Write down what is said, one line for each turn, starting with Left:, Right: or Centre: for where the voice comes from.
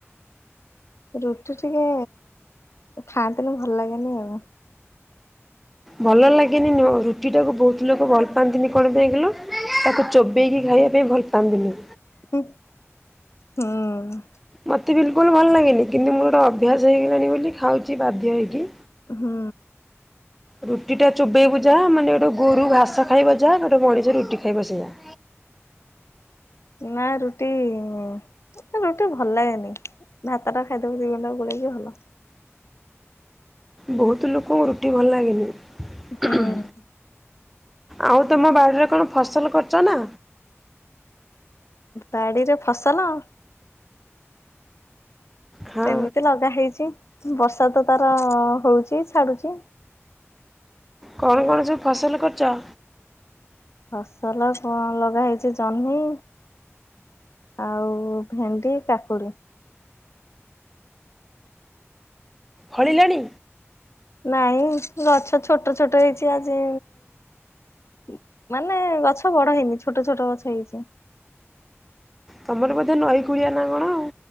Left: ରୁଟି ଟିକେ ଖାଆନ୍ତିନି ଭଲ ଲାଗେନି ଆଉ।
Centre: ଭଲ ଲାଗେନି ନୁହଁ ରୁଟିଟାକୁ ବହୁତ ଲୋକ ଭଲ ପାଆନ୍ତିନି କଣ ପାଇଁ କହିଲ? ତାକୁ ଚୋବେଇକି ଖାଇବା ପାଇଁ ଭଲ ପାଆନ୍ତିନି।
Left: ହୁଁ, ହିଁ।
Centre: ମତେ ବିଲକୁଲ୍ ଭଲ ଲାଗେନି କିନ୍ତୁ ମୋର ଗୋଟେ ଅଭ୍ୟାସ ହେଇଗଲାଣି ବୋଲି ଖାଉଛି ବାଧ୍ୟ ହୋଇକି।
Left: ହୁଁ।
Centre: ରୁଟି ଟା ଚୋବେଇବୁ ଯାହା ମାନେ ଗୋଟେ ଗୋରୁ ଘାସ ଖାଇବ ଯାହା ଗୋଟେ ମଣିଷ ରୁଟି ଖାଇବ ସେଇଆ
Left: ନା ରୁଟି ମତେ ରୁଟି ଭଲ ଲାଗେନି ଭାତ ଟା ଖାଇଦବୁ ଦି ଗୁଣ୍ଡା ଗୋଳେଇକି ଭଲ।
Centre: ବହୁତୁ ଲୋକଙ୍କୁ ରୁଟି ଭଲ ଲାଗେନି।
Left: ହୁଁ
Centre: ଆଉ ତମ ବାଡ଼ିରେ କଣ ଫସଲ କରିଛ ନା
Left: ପାଡ଼ିରେ ଫସଲ?
Centre: ହଁ
Left: ସେମିତି ଲଗା ହେଇଛି ବର୍ଷା ତ ତାର ହଉଛି, ଛାଡୁଛି
Centre: କଣ କଣ ସବୁ ଫସଲ କରିଛ?
Left: ଫସଲ କଣ ଲଗା ହେଇଛି, ଜହ୍ନି ଆଉ ଭେଣ୍ଡି, କାକୁଡ଼ି
Centre: ଫଳିଲାଣି?
Left: ନାଇଁ ଗଛ ଛୋଟ ଛୋଟ ହେଇଛି ଆଜି ଉଁ ମାନେ ଗଛ ବଡ ହେଇନି ଛୋଟ ଛୋଟ ଗଛ ହେଇଛି।
Centre: ତମର ବୋଧେ ନଈକୁଳିଆ ନା କଣ ଆଉ?